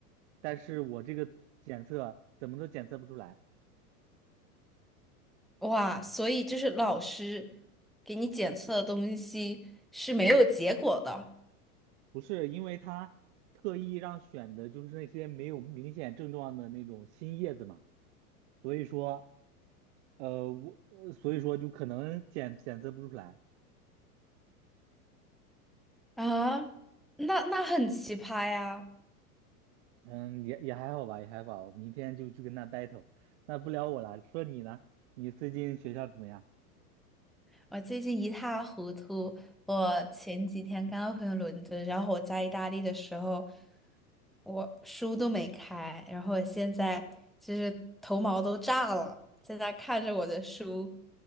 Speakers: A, on the right (about 50°); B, in the centre.
A: 但是我这个检测怎么都检测不出来，
B: 哇，所以就是老师给你检测的东西是没有结果的
A: 不是因为他特意让选的就是那些没有明显症状的那种新叶子嘛，所以说，呃，我，呃所以说就可能检检测不出来。
B: 啊？那那很奇葩呀！
A: 嗯，也也还好吧，也还好。明天就去跟他 battle，那不聊我了。说你呢？你最近学校怎么样？
B: 我最近一塌糊涂。我前几天刚回伦敦，然后我在意大利的时候，我书都没开，然后我现在就是头毛都炸了，在那看着我的书，